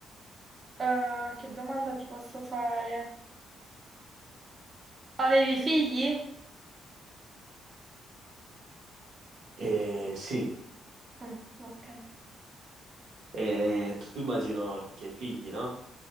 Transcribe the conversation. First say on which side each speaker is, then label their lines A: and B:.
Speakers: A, on the right (about 35°); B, on the right (about 70°).
A: eh, che domanda ti posso fare? Avevi figli?
B: Eh, sì,
A: Mm, ok.
B: Eh, tu immagino che hai figli, no?